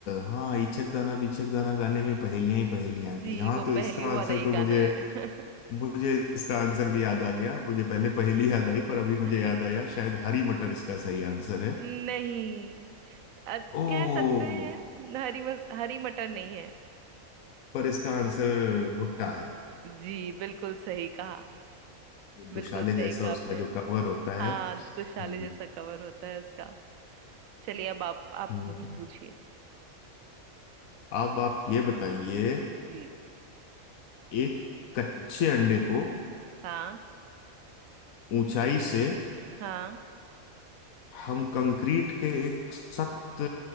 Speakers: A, on the left; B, on the right.
A: हाँ इचक दाना बिचक दाना गाने में पहेलियां ही पहेलियां
B: जी
A: थी हाँ
B: वो
A: तो
B: पहेलियों
A: इसका आंसर
B: वाला ही
A: तो
B: गाना
A: मुझे
B: है
A: मुझे इसका आंसर भी याद आ गया मुझे पहले पहेली याद
B: <laughs>
A: आई पर अभी मुझे याद आया शायद हरी मटर इसका सही आंसर है
B: नहीं अत-
A: ओ
B: कह सकते हैं हरी म, हरी मटर नहीं है
A: पर इसका आंसर भुट्टा है
B: जी बिल्कुल सही कहा बिल्कुल
A: दुशाले
B: सही
A: जैसा
B: कहा
A: उसका
B: आपने
A: जो कवर होता
B: हाँ
A: है हम्म
B: दुशाले जैसा कवर होता है उसका चलिए अब आप आप
A: हम्म।
B: मुझसे पूछिए
A: अब आप ये बताइए
B: जी
A: एक कच्चे अंडे को
B: हाँ
A: ऊंचाई से
B: हाँ
A: हम कंक्रीट के एक सख्त